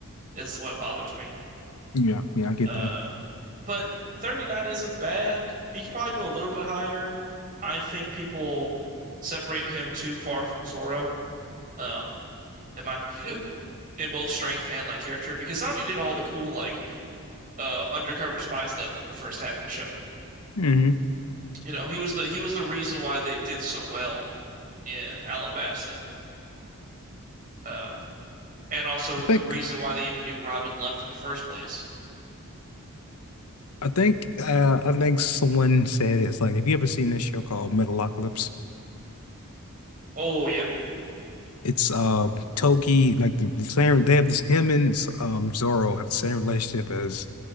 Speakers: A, on the right; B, on the left.
A: is what bothers me.
B: yeah, yeah, I get
A: Uh,
B: that.
A: but 39 isn't bad. He could probably go a little bit higher. I think people separate him too far from Zoro, um, in my <gasps> in both strength and like character because Sanji did all the cool like uh, undercover spy stuff in the first half of the show.
B: hmm
A: You know, he was the he was the reason why they did so well in Alabasta, uh, and also
B: I think.
A: the reason why they even knew Robin left in the first place.
B: I think uh, I think someone said it's like, have you ever seen this show called Metalocalypse?
A: Oh yeah,
B: It's um Toki, like the the same they have this him and um Zoro have the same relationship as